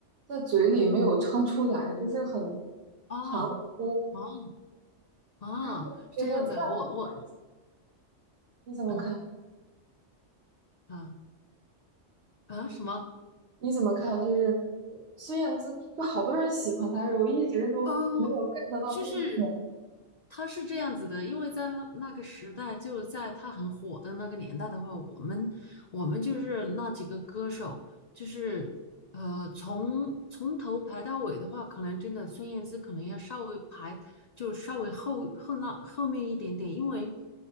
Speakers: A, on the right (about 60°); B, on the left (about 55°).
A: 在嘴里没有唱出来，就是很
B: 哦
A: 含糊。
B: 哦哦，
A: 然后我觉得，
B: 是这样子啊，
A: 那
B: 我我
A: 你怎么看？
B: 嗯嗯啊啊什么？
A: 就是。你怎么看？就是呃孙燕姿，就好多人喜欢她，我一直都没有
B: 呃，
A: get 到她的点。
B: 就是他是这样子的，因为在那那个时代，就是在他很火的那个年代的话，我们我们就是那几个歌手，就是呃，从从头排到尾的话，可能真的孙燕姿可能要稍微排，就稍微后后那后面一点点，因为